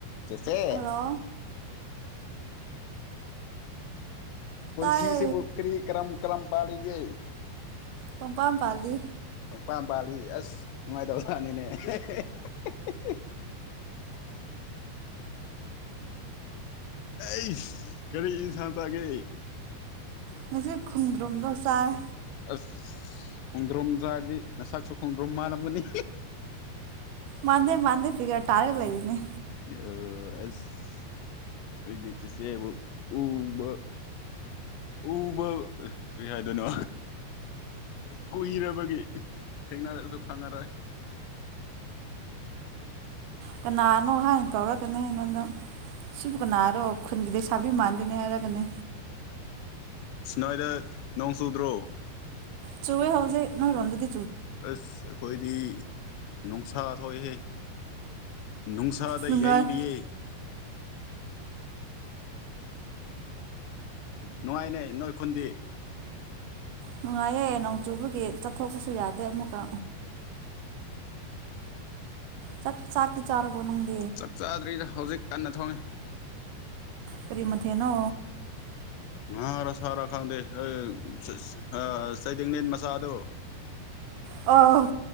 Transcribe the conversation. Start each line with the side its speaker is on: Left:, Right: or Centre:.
Left: <inaudible> ꯆꯦꯆꯦ
Right: ꯍꯜꯂꯣ
Left: ꯄꯨꯟꯁꯤꯁꯤꯕꯨ
Right: ꯇꯥꯏꯌꯦ
Left: ꯀꯔꯤ ꯀ꯭ꯔꯝ ꯀ꯭ꯔꯝ ꯄꯥꯥꯂꯤꯒꯦ
Right: ꯄꯪꯄꯥꯟ ꯄꯥꯜꯂꯤ
Left: ꯐꯅꯥꯝ ꯄꯥꯜꯂꯤ ꯑꯁ ꯅꯨꯡꯉꯥꯏꯇꯕꯖꯥꯠꯅꯤꯅꯦ <inaudible> ꯑꯩꯁ ꯀꯔꯤ ꯏꯟꯁꯥꯡ ꯆꯥꯒꯦ
Right: ꯉꯁꯤ ꯈꯣꯡꯗ꯭ꯔꯨꯝꯗꯣ ꯆꯥꯏ
Left: ꯑꯁ ꯈꯣꯡꯗ꯭ꯔꯣꯝ ꯆꯥꯔꯗꯤ ꯅꯁꯛꯁꯨ ꯈꯣꯡꯗ꯭ꯔꯣꯝ ꯃꯥꯂꯝꯒꯅꯤ
Right: ꯃꯥꯟꯗꯦ ꯃꯥꯟꯗꯦ ꯐꯤꯒꯔ ꯇꯥꯔ ꯂꯩꯔꯤꯅꯦ
Left: ꯑ ꯑꯁ ꯑꯩꯗꯤ ꯆꯦꯆꯦꯕꯨ ꯎꯕ ꯎꯕ ꯀꯩ ꯍꯥꯏꯗꯣꯏꯅꯣ ꯀꯨꯏꯔꯕꯒꯤ ꯊꯦꯡꯅꯔꯁꯨ ꯈꯪꯉꯔꯣꯏ
Right: ꯀꯅꯥꯅꯣ ꯍꯥꯏꯟꯅ ꯀꯧꯔꯛꯀꯅꯨ ꯅꯪꯒꯣꯟꯗ ꯁꯤꯕꯨ ꯀꯅꯥꯔꯣ ꯈꯨꯟꯒꯤ ꯂꯩꯁꯥꯕꯤ ꯃꯥꯟꯒꯅꯤ ꯍꯥꯏꯔꯒꯅꯦ
Left: ꯁꯤ ꯅꯣꯏꯗ ꯅꯣꯡ ꯆꯨꯗ꯭ꯔꯣ
Right: ꯆꯨꯏꯌꯦ ꯍꯧꯖꯤꯛ ꯅꯣꯏ ꯔꯣꯝꯗꯗꯤ
Left: ꯑꯁ ꯑꯈꯣꯏ ꯗꯤ ꯅꯨꯡꯁꯥ ꯊꯣꯛꯏꯍꯦ ꯅꯨꯡꯁꯥꯗ
Right: ꯅꯨꯡꯉꯥꯏ
Left: ꯌꯩꯔꯤꯌꯦ ꯅꯨꯡꯉꯥꯏꯅꯦ ꯅꯣꯏ ꯈꯨꯟꯗꯤ
Right: ꯅꯨꯡꯉꯥꯏꯌꯦ ꯅꯣꯡ ꯆꯨꯕꯒꯤ ꯆꯠꯊꯣꯛꯄꯁꯨ ꯌꯥꯗꯦ ꯑꯃꯨꯛꯀ ꯆ ꯆꯥꯛꯇꯤ ꯆꯥꯔꯕꯣ ꯅꯪꯕꯣ
Left: ꯆꯥꯛ ꯆꯥꯗ꯭ꯔꯤꯗ ꯍꯧꯖꯤꯛ ꯀꯟꯅ ꯊꯣꯡꯉꯦ
Right: ꯀꯔꯤ ꯃꯊꯦꯟꯅꯣ
Left: ꯉꯥꯔꯥ ꯁꯥꯔꯥ ꯈꯪꯗꯦ ꯍꯦ ꯆ ꯍꯦ ꯆꯩꯗꯤꯡꯅꯦ ꯅꯆꯥꯗꯣ
Right: ꯑꯥ